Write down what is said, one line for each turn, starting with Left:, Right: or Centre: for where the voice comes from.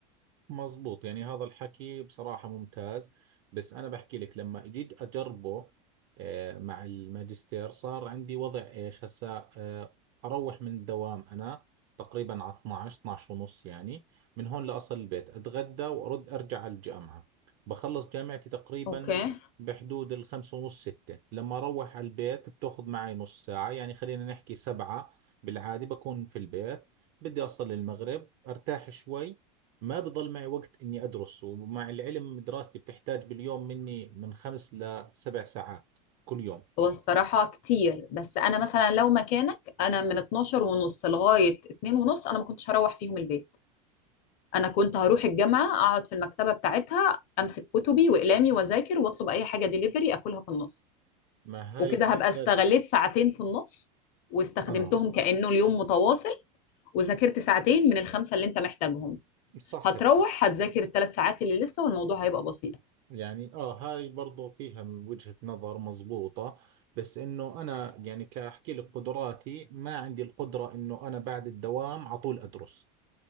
Right: مزبوط يعني هذا الحكي بصراحة ممتاز بس أنا بحكي لك لما جيت أجربه آه، مع الماجستير صار عندي وضع إيش هسا آه، أروح من الدوام أنا تقريبا على 12 12 ونص يعني من هون لأصل البيت أتغدى وأرد أرجع على الجامعة بخلص جامعتي تقريبا
Left: اوكي
Right: بحدود الخمسة ونص ستة لما أروح على البيت بتأخذ معي نص ساعة يعني خلينا نحكي سبعة بالعادة بكون في البيت بدي أصل المغرب أرتاح شوي ما بضل معي وقت إني أدرس ومع العلم دراستي بتحتاج باليوم مني من خمس لسبع ساعات كل يوم
Left: هو الصراحة كتير بس انا مثلا لو مكانك انا من 12 ونص لغاية 2 ونص انا ما كنتش هروح فيهم البيت انا كنت هروح الجامعة اقعد في المكتبة بتاعتها امسك كتبي واقلامي واذاكر واطلب اي حاجة ديليفري اكلها في النص
Right: ما هاي
Left: وكده
Right: بتحتاج
Left: هبقى استغليت ساعتين في النص واستخدمتهم
Right: آه
Left: كأنه اليوم متواصل وذاكرت ساعتين من الخمسة اللي انت محتاجهم
Right: صح
Left: هتروح
Right: بك.
Left: هتذاكر الثلاث ساعات اللي لسه والموضوع هيبقى بسيط
Right: يعني آه هاي برضو فيها من وجهة نظر مزبوطة بس إنه أنا يعني كأحكي لك قدراتي ما عندي القدرة إنه أنا بعد الدوام على طول أدرس